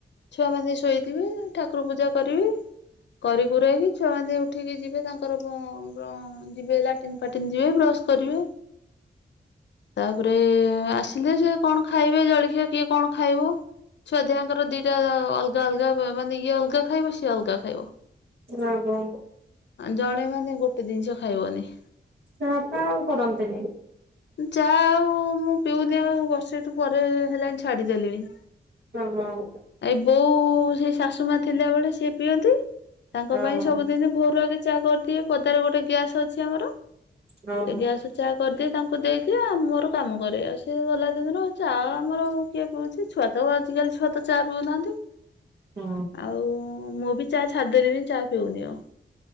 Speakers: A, on the left (about 75°); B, on the right (about 60°).
A: ଛୁଆମାନେ ଶୋଇଥିବେ ଠାକୁର ପୂଜା କରିବି। କରିକୁରେଇକି ଛୁଆମାନେ ଉଠିକି ଯିବେ ତାଙ୍କର <unintelligible> ଯିବେ ଲାଟିନ୍ ଫାଟିନ୍ ଯିବେ ବ୍ରଶ କରିବେ। ତାପରେ ରେ ଆସିଲେ ଯେ କଣ ଖାଇବେ ଜଳଖିଆ କିଏ କଣ ଖାଇବ? ଛୁଆ ଦିହାଙ୍କର ଦିଟା ଅ ଅଲଗା ଅଲଗା ମାନେ ଇଏ ଅଲଗା ଖାଇବ ସିଏ ଅଲଗା ଖାଇବ।
B: ହୁଁ ହୁଁ।
A: ଜଣେ ମାନେ ଗୋଟେ ଜିନିଷ ଖାଇବନି।
B: ଚା ଫା ଆଉ କରନ୍ତିନି।
A: ଚା ଆଉ ମୁଁ ପିଉନି ଆଉ ବର୍ଷେଠୁ ପରେ ହେଲାଣି ଛାଡିଦେଲିଣି।
B: ହଁ, ହଁ।
A: ଏ ବୋଉ ସେ ଶାଶୁ ମା ଥିଲା ବଳେ ସେ ପିଅନ୍ତି ତାଙ୍କ
B: ହଁ
A: ପାଇଁ
B: ହଁ
A: ସବୁଦିନ ଭୋରୁ ଆଗେ ଚା କରିଦିଏ ପଦାରେ ଗୋଟେ ଗ୍ୟାସ୍ ଅଛି ଆମର,
B: ହଁ
A: ସେ ଗ୍ୟାସ୍ ଚା କରିଦିଏ ତାଙ୍କୁ ଦେଇଦିଏ ମୋର କାମ କରେ ସିଏ ଗଲା ଦିନରୁ ଚା ଆମର କିଏ ପିଉଛି ଛୁଆ ତ ଆଜିକାଲି ଛୁଆ ତ ଚା ପିଉନାହାନ୍ତି-
B: ହଁ
A: ଆଉ ମୁଁ ବି ଚା ଛାଡି ଦେଲିଣି ଚା ପିଉନି ଆଉ।